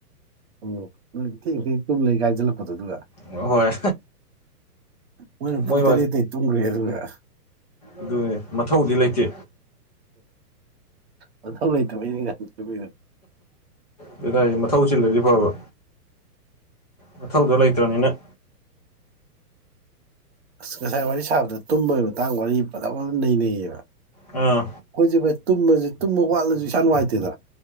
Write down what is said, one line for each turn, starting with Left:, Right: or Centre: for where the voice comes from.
Right: ꯑꯣ ꯅꯣꯏ ꯊꯦꯡ ꯊꯦꯡ ꯇꯨꯝ ꯂꯩ ꯀꯥꯏ ꯍꯥꯏꯖꯤꯜꯂꯛꯄꯗꯣ ꯑꯗꯨꯒ
Left: ꯍꯣꯏ
Right: ꯃꯣꯏꯅ ꯄꯨꯡ
Left: ꯃꯣꯏ
Right: ꯇꯔꯦꯠꯇꯩ ꯇꯨꯝꯒ꯭ꯔꯦ ꯑꯗꯨꯒ
Left: ꯑꯗꯨꯅꯦ ꯃꯊꯧꯗꯤ ꯂꯩꯇꯦ
Right: ꯃꯊꯧꯂꯩꯇꯕꯩꯅꯦ ꯉꯥꯟꯅ ꯇꯨꯝꯃꯤꯗꯣ
Left: ꯑꯗꯨꯅꯦ ꯍꯥꯏꯖꯦ ꯃꯊꯧ ꯆꯤꯜꯂꯗꯤ ꯐꯥꯕ ꯃꯊꯧꯗꯣ ꯂꯩꯇ꯭ꯔꯥꯝꯅꯤꯅ
Right: ꯑꯁ ꯉꯁꯥꯏ ꯋꯥꯔꯤ ꯁꯥꯕꯗ ꯇꯨꯝꯕꯩ ꯃꯇꯥꯡ ꯋꯥꯔꯤ ꯐꯖꯕꯃꯥ ꯅꯩꯅꯩꯌꯦꯕ
Left: ꯑꯥ
Right: ꯑꯈꯣꯏꯖꯦ ꯕꯥꯏ ꯇꯨꯝꯃꯖꯦ ꯇꯨꯝꯕ ꯋꯥꯠꯂꯖꯨ ꯏꯁꯥ ꯅꯨꯡꯉꯥꯏꯇꯦꯅ